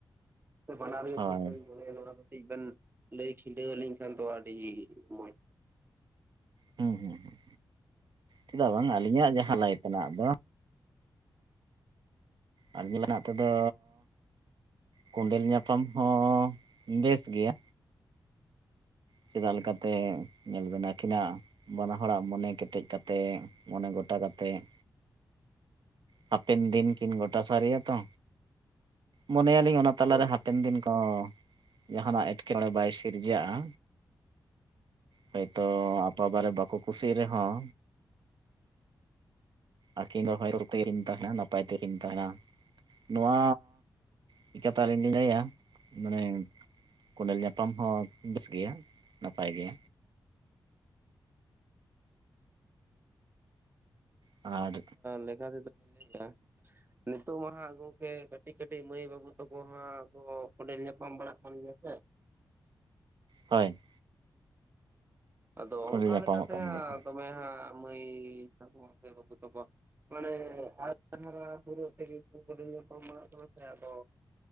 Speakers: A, on the right; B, on the right.
A: ᱟ <unintelligible> ᱵᱟᱱᱟᱨ ᱜᱮ
B: ᱦᱳᱭ
A: ᱴᱷᱤᱠ ᱞᱤᱧ ᱢᱚᱱᱮᱭᱟ ᱚᱱᱟ ᱠᱟᱹᱴᱤᱡ ᱵᱮᱱ ᱞᱟᱹᱭ ᱠᱷᱤᱰᱟᱹᱣ ᱟᱹᱞᱤᱧ ᱠᱷᱟᱱ ᱫᱚ ᱟᱹᱰᱤ ᱢᱚᱡᱽ
B: ᱦᱩᱸ ᱦᱩᱸ ᱦᱩᱸ ᱪᱮᱫᱟᱜ ᱵᱟᱝ ᱟᱹᱞᱤᱧᱟᱜ ᱡᱟᱦᱟᱸ ᱞᱟᱭ ᱛᱮᱱᱟᱜ ᱫᱚ ᱟᱵᱤᱱᱟᱜ ᱛᱮᱫᱚ ᱠᱚᱸᱰᱮᱞ ᱧᱟᱯ ᱧᱟᱯᱟᱢ ᱦᱚᱸ ᱵᱮᱥ ᱜᱮᱭᱟ ᱪᱮᱫᱟᱜ ᱞᱮᱠᱟᱛᱮ ᱧᱮᱞ ᱵᱮᱱ ᱟᱹᱠᱤᱱᱟᱜ ᱵᱟᱱᱟ ᱦᱚᱲᱟᱜ ᱢᱚᱱᱮ ᱠᱮᱴᱮᱡ ᱠᱟᱛᱮᱫ ᱢᱚᱱᱮ ᱜᱚᱴᱟ ᱠᱟᱛᱮᱫ ᱦᱟᱯᱮᱱ ᱫᱤᱱ ᱠᱤᱱ ᱜᱚᱴᱟ ᱥᱟᱨᱤᱭᱟ ᱛᱚ ᱢᱚᱱᱮᱭᱟᱞᱤᱧ ᱚᱱᱟ ᱛᱟᱞᱟ
A: ᱦᱳᱭ
B: ᱨᱮ ᱦᱟᱯᱮᱱ ᱫᱤᱱ ᱠᱚ ᱡᱟᱦᱟᱱᱟᱜ ᱮᱴᱠᱮᱴᱚᱬᱮ ᱵᱟᱭ ᱥᱤᱨᱡᱟᱹᱜᱼᱟ ᱦᱚᱭᱛᱳ ᱴᱚᱵᱟ ᱨᱮ ᱵᱟᱠᱚ ᱠᱩᱥᱤᱜ ᱨᱮᱦᱚᱸ ᱟᱹᱠᱤᱱ ᱵᱟ <inaudible> ᱨᱚᱯ ᱛᱮᱠᱤᱱ ᱛᱟᱦᱮᱱᱟ ᱱᱟᱯᱟᱭ ᱛᱮ ᱠᱤᱱ ᱛᱟᱦᱮᱱᱟ ᱱᱚᱣᱟ ᱪᱤᱠᱟᱹᱛᱮ ᱟᱹᱞᱤᱧ ᱞᱤᱧ ᱞᱟᱹᱭᱟ ᱢᱟᱱᱮ ᱠᱚᱸᱰᱮᱞ ᱧᱟᱯᱟᱢ ᱦᱚᱸ ᱵᱮᱥ ᱜᱮᱭᱟ ᱱᱟᱯᱟᱭ ᱜᱮ ᱟᱨ
A: ᱞᱮᱠᱷᱟ <inaudible> ᱛᱮᱫᱚ ᱞᱤᱧ ᱞᱟᱹᱭ ᱟ ᱱᱤᱛᱚᱜ ᱢᱟ ᱦᱟᱸᱜ ᱜᱚᱢᱠᱮ ᱠᱟᱹᱴᱤᱡ ᱠᱟᱹᱴᱤᱡ ᱢᱟᱹᱭ ᱵᱟᱹᱵᱩ ᱛᱟᱠᱚ ᱦᱟᱸᱜ ᱠᱚ ᱠᱚᱸᱰᱮᱞ ᱧᱟᱯᱟᱢ ᱵᱟᱲᱟᱜ ᱠᱟᱱ ᱜᱮᱭᱟ ᱥᱮ
B: ᱦᱳᱭ
A: ᱟᱫᱚ
B: ᱠᱚᱸᱰᱮᱞ
A: ᱚᱱᱠᱟ
B: ᱧᱟᱯᱟᱢᱚᱜ
A: ᱞᱮᱠᱟᱛᱮ
B: ᱠᱟᱱ ᱜᱮᱭᱟ
A: ᱦᱟᱸᱜ
B: ᱠᱚ
A: ᱫᱚᱢᱮ ᱦᱟᱸᱜ ᱢᱟᱹᱭ ᱛᱟᱠᱚ ᱥᱮ ᱵᱟᱹᱵᱩ ᱛᱟᱠᱚ ᱢᱟᱱᱮ ᱟ. ᱣᱨᱤ ᱦᱟᱨᱟᱜ ᱯᱩᱨᱟᱹᱣ ᱛᱮᱜᱮ ᱠᱚᱰᱮᱞ ᱧᱟᱯᱟᱢᱚᱜ ᱠᱟᱱᱟ ᱥᱮ ᱟᱫᱚ